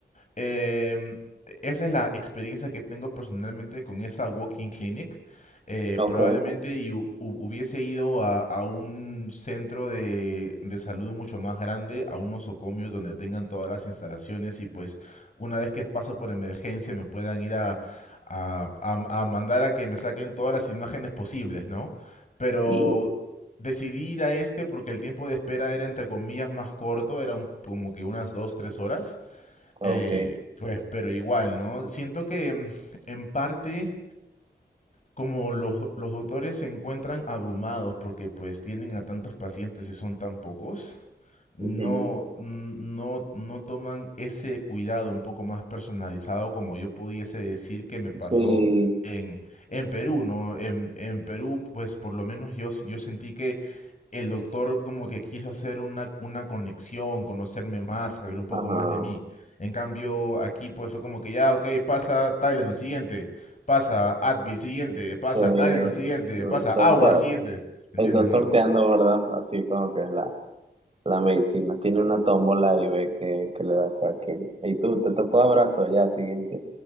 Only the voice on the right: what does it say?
ok,
y,
ok,
ujú,
sí,
ajá,
sí,
están,
so-
están
sorteando, ¿verdad? Así como que la, la medicina tiene una tómbola y ve que, que le da a cada quien. Y tú, te tocó abrazo, ya, siguiente.